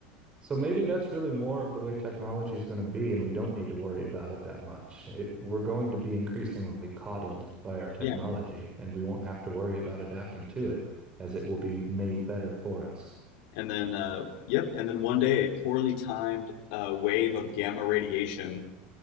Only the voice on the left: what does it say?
yeah,
and then uh, yep, and then one day a poorly timed uh, wave of gamma radiation